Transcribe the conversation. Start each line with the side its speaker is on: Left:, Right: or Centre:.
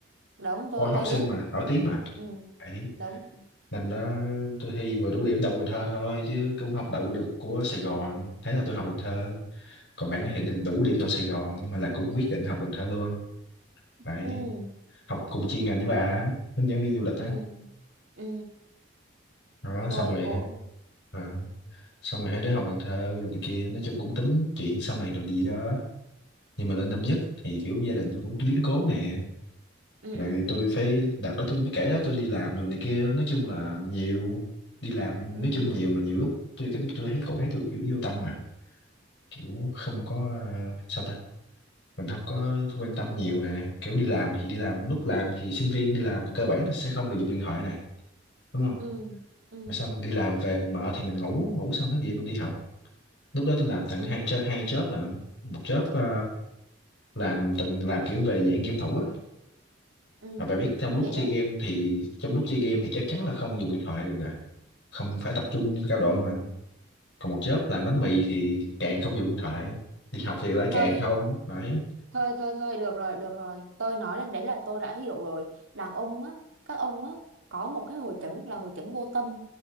Right: đúng tôi
Left: của học
Right: tôi
Left: sinh
Right: biết
Left: mà nổi tiếng mà
Right: ừ
Left: Đấy.
Right: đúng
Left: Năm đó tôi thi vừa đủ điểm đậu Cần Thơ thôi chứ cũng không đậu được của Sài Gòn. Thế là tôi học Cần Thơ. Còn bạn
Right: ừ
Left: nó thì định đủ điểm đậu Sài Gòn nhưng mà là cũng quyết định học Cần Thơ luôn. lại
Right: ừ
Left: học cùng chuyên ngành với bà hướng dẫn viên du lịch á
Right: ừ ừ
Left: đó
Right: rồi
Left: xong rồi
Right: ủa
Left: ờ, xong rồi hai đứa học Cần Thơ rồi này kia nói chung cũng tính chuyện sau này rồi gì đó nhưng mà lên năm nhất thì kiểu gia đình tôi cũng có biến cố nè
Right: ừ
Left: rồi
Right: ừ ừ
Left: tôi phải đợt đó tôi mới kể đó tôi đi làm rồi này kia nói chung là nhiều đi làm
Right: ừ
Left: nói chung nhiều mà nhiều lúc tôi cảm tôi thấy cổ thấy tôi kiểu vô tâm mà kiểu không có ờ, sao ta mình không có quan tâm nhiều nè kiểu đi làm thì đi làm lúc làm thì sinh viên đi làm thì cơ bản là sẽ không được dùng điện thoại này đúng không
Right: ừ ừ
Left: Rồi xong đi làm về mình mở thì mình ngủ ngủ xong thức dậy mình đi học lúc đó tôi làm tận
Right: ừ
Left: hai job hai job là một job ờ, làm từng làm kiểu về dạng game thủ á
Right: ừ
Left: mà bà biết trong lúc
Right: hiểu
Left: chơi game thì trong lúc chơi game thì chắc chắn là không dùng điện thoại được rồi không phải tập trung cao độ mà còn một job làm bánh mì thì càng không dùng điện thoại đi học thì lại
Right: thôi
Left: càng không đấy
Right: thôi thôi thôi được rồi được rồi tôi nói đến đấy là tôi đã hiểu rồi đàn ông á các ông á có một cái hội chứng là hội chứng vô tâm